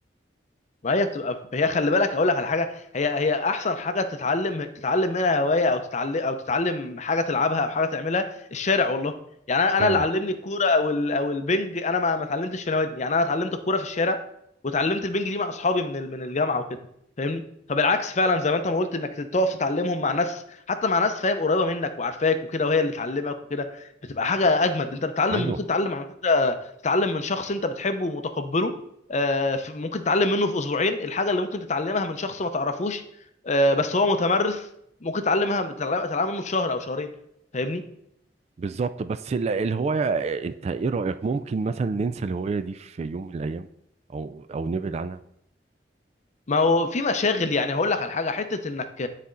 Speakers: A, on the left (about 40°); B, on the right (about 40°).
A: ما هي بتبقى هي خلي بالك اقول لك على حاجه هي هي احسن حاجه تتعلم تتعلم منها هوايه او تتعلم او تتعلم حاجه تلعبها او حاجه تعملها الشارع والله يعني انا
B: فعلا
A: أنا اللي علمني الكوره او ال- او البنج انا ما ما اتعلمتش في نوادي يعني انا اتعلمت الكوره في الشارع وتعلمت البنج دي مع اصحابي من ال- من الجامعه وكده فاهمني فبالعكس فعلا زي ما انت ما قلت انك تقف تتعلمهم مع ناس حتى مع ناس فاهم قريبه منك وعارفاك وكده وهي اللي تعلمك وكده بتبقى حاجه اجمد انت بتتعلم
B: ايوه
A: ممكن تتعلم على فكره تتعلم من شخص انت بتحبه ومتقبله آه، في- ممكن تتعلم منه في اسبوعين الحاجه اللي ممكن تتعلمها من شخص ما تعرفوش آه، بس هو متمرس ممكن تتعلمها تتعلم تتعلم منه في شهر او شهرين فاهمني
B: بالظبط بس ال- الهوايه انت ايه رايك ممكن مثلا ننسى الهوايه دي في يوم من الايام او او نبعد عنها
A: ما هو في مشاغل يعني هقول لك على حاجه حته انك